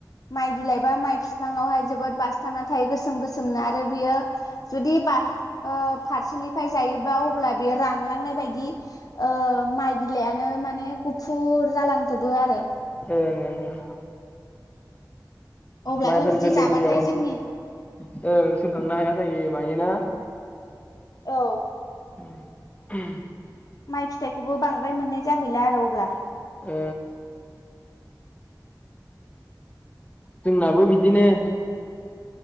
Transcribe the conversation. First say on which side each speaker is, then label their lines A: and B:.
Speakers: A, on the left (about 50°); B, on the left (about 20°).
A: माइ बिलाइबा माइ बिफाङावहाय जोबोद बासथाबना थायो गोसोम गोसोम सोमनो आरो बियो जुदि बा ओ फारसेनिफ्राय जायोबा अब्ला बे रा रानलांनाय बायदि ओ माइ बिलाइानो माने गुफुर जालांजोबो आरो
B: ओं ओं ओं
A: अब्लाथ'
B: माइफोर
A: बिदि
B: गोरलै
A: जाबाथाय
B: गोरलैयाव बांसिन
A: जोंनि
B: ओं सोमखांनो हाया जायो मायना
A: औ
B: <inaudible>
A: माइ फिथाइखौबो बांद्राय मोननाय जाहैला आरो अब्ला
B: ओ जोंनाबो बिदिनो